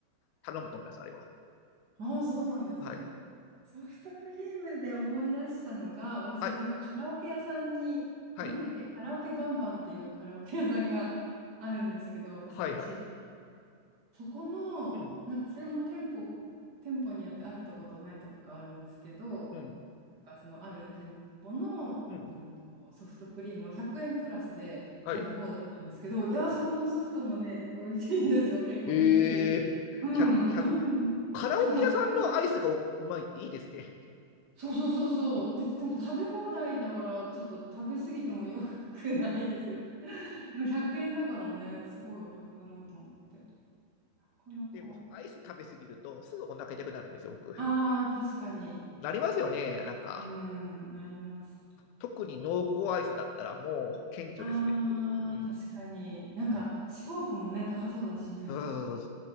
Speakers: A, on the left; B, on the right.
A: 頼むと思います、あれは。
B: ああ、そうなんですね。
A: はい。
B: ソフトクリームで思い出したのが、私なんかカラオケ屋さんに、
A: はい。はい。
B: なんだっけ、カラオケバンバンっていうカラオケ屋さんが <laughs> あるんですけど、私の地域。
A: はい。はい。
B: そこの、
A: うん。
B: なんかそれも店舗、店舗によってあるとことないとこがあるんですけど、
A: うん。
B: なんかそのある店舗の、
A: うん。
B: うんと、ソフトクリームを100円プラスで食べ放題なんですけど、
A: はい。
B: いやー、そこのソフトもね、美味しいんですよ。結構びっくり。
A: ええー、
B: うん、
A: 100、100。
B: なん、
A: カラオケ屋さんのアイスがうまいっていいですね。
B: そう、100円。そうそうそうそう。
A: <laughs>
B: で、でも食べ放題だから、ちょっと食べ過ぎてもよくないですけど。<laughs> でも100円だからね、すごいお得だなと思って。なかなか。
A: でも、アイス食べ過ぎると、すぐお腹痛くなるんですよ、僕。
B: ああ、確かに。
A: なりますよね、なんか。
B: うん、なります。
A: 特に濃厚アイスだったら、もう顕著ですね。
B: ああ、
A: うん。
B: 確かに。なんか、
A: うん。
B: 脂肪分もね、高そうだしね。
A: そうそうそう